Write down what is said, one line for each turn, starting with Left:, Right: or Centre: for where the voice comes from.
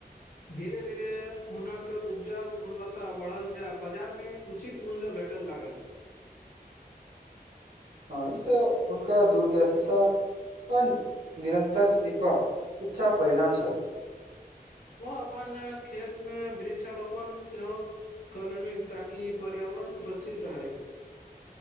Left: धीरे धीरे हुनक उपजाउ गुणवत्ता बढ़ल जाय बाजार मे उचित मूल्य भेटल लागल
Right: हँ ई तऽ हुनका दूरदर्शिता <unintelligible> निरन्तर सिखबाक इच्छा परिणाम छल
Left: ओ अपन खेत मे वृक्षारोपण सेहो कऽ लेलनि ताकि पर्यावरण सुरक्षित रहै